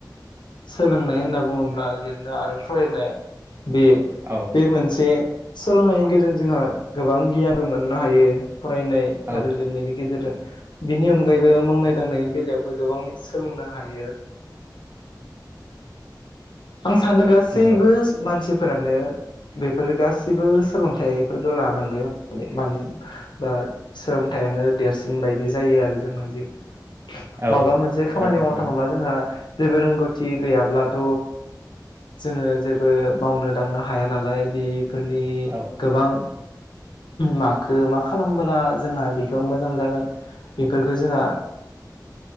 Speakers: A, on the left; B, on the right.
A: सोलोंनाय होनना बुङोब्ला लिरनो आरो फरायनाय बे
B: औ
A: बे
B: नों औ नंगौ
A: मोनसे सोलोंनायनि गेजेरजों जोंहा गोबां गियानबो मोननो हायो। फरायनाय
B: औ
A: आरो लिरनायनि गेजेरजों। बिनि अनगायैबो मावनाय दांनायनि बेलायावबो गोबां सोलोंनो हायो। आं सानो गासैबो।
B: नंगौ
A: मानसिफोरानो बेफोर गासिबो सोलोंथाइफोरखौ लानांगोन होननानै मानो बा सोलोंथाइानो देरसिन बायदि जायो आरो जोंहा जिआव
B: औ
A: माबा
B: नंगौ
A: मोनसे
B: नोंथाङा
A: खामानि
B: थिगखौनो
A: मावनो थाङोबा
B: बुंदों
A: जोंहा। जेबो रोंगौथि गैयाब्लाथ जोङो जेबो बो मावनो दांनो हाया नालाय बि फोरनि
B: औ
A: गोबां माखौ मा खालामबोला जोंहा बिखौ मोजां जागोन बेफोरफोरखौ जोंहा